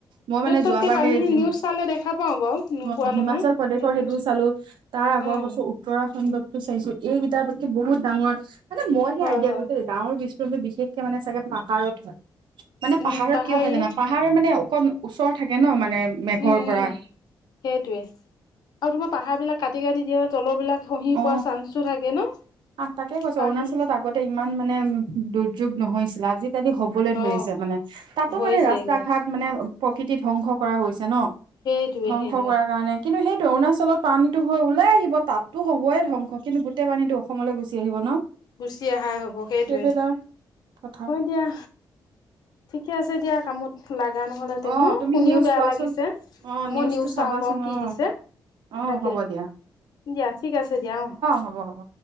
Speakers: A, on the right (about 80°); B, on the left (about 60°).
A: মই
B: য'ত
A: মানে
B: ততকে
A: যোৱাবাৰ
B: পানী
A: সেই
B: নিউজ চালে দেখা পাও বাৰু নোপোৱা
A: অ হিমাচল
B: নহয়
A: প্ৰদেশৰ
B: সেই নিউজ
A: সেইটো চালো তাৰ আগৰ
B: উম
A: বছৰ উত্তৰাখণ্ডতো চাইছো এইগিতা বস্তু বহুত ডাঙৰ, মানে মই সেই
B: হয়
A: আইডিয়া
B: হয়
A: <unintelligible> ডাৱৰ বিস্ফোৰণতো বিশেষকে মানে চাগে পাহাৰত হয়, মানে
B: উম
A: পাহাৰত
B: পাহাৰীয়ে
A: কিয় হয় জানা? পাহাৰ মানে অকণ ওচৰ থাকে ন মানে মেঘৰ
B: উম
A: পৰা
B: উম সেইটোৱে আৰু তোমাৰ পাহাৰ বিলাক কাটি কাটি দিয়ে তলৰবিলাক খহি
A: অ
B: পৰা চান্সটো থাকে ন
A: আহ তাকে কৈছো
B: পানী
A: অৰুণাচলত আগতে ইমান মানে দুৰ্যোগ নহৈছিলে আজিকালি হ বলৈ ধৰিছে
B: অ
A: মানে, তাতো
B: হৈছেগৈ
A: মানে ৰাস্তা ঘাট মানে প্ৰকৃতি ধ্বংস কৰা গৈছে ন।
B: সেইটোৱে
A: ধ্বংস
B: সেইটোৱে
A: কৰাৰ কাৰণে কিন্তু সেইটো অৰুণাচলত পানীতো হৈ ওলাই আহিব তাত তো হ'বই ধ্বংস কিন্তু গোটেই পানীটো অসমলৈ গুচি আহিব ন।
B: গুচি অহাই হব সেইটোৱে,
A: সেইটো এটা কথা।
B: হয় দিয়া। ঠিকে আছে দিয়া কামত লাগা নহলেতেনো
A: অ তুমি
B: শুনিও
A: নিউজ
B: বেয়া
A: চোৱাচোন
B: লাগিছে
A: অ
B: মই
A: নিউজটো
B: নিউজ
A: চাবাচোন
B: চাও বাৰু কি
A: অ
B: দিছে।
A: অ
B: তাকে
A: হ'ব দিয়া
B: দিয়া ঠিক আছে দিয়া অ।
A: হ'ব হ'ব।